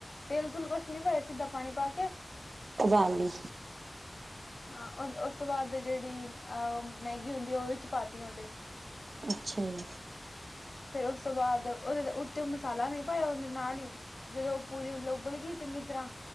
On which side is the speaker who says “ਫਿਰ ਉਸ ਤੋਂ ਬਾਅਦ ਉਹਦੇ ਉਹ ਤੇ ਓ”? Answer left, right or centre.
Left